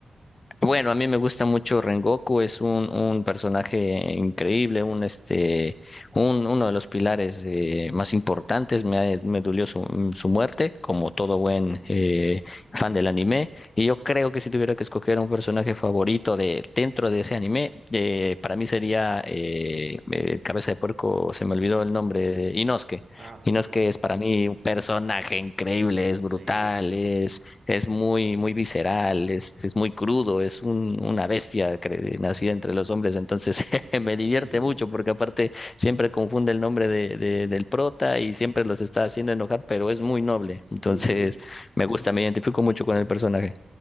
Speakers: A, on the left; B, on the right.
A: Bueno, a mí me gusta mucho Rengoku, es un, un personaje increíble, un este, un, uno de los pilares eh, más importantes. Me, ha- me dolió su, su muerte, como todo buen eh, fan del anime. Y yo creo que si tuviera que escoger un personaje favorito de dentro de ese anime, eh, para mí sería eh, eh, Cabeza de Puerco, se me olvidó el nombre, eh, Inosuke.
B: Ah, sí,
A: Inosuke
B: Inosuke.
A: es para mí un personaje increíble, es brutal,
B: Sí, sí.
A: es es muy, muy visceral, es, es muy crudo, es un, una bestia cre- nacida entre los hombres. Entonces <laughs> me divierte
B: <laughs>
A: mucho porque aparte siempre confunde el nombre de, de- del prota y siempre los está haciendo enojar, pero es muy noble. Entonces
B: Ujú.
A: me gusta, me identifico mucho con el personaje.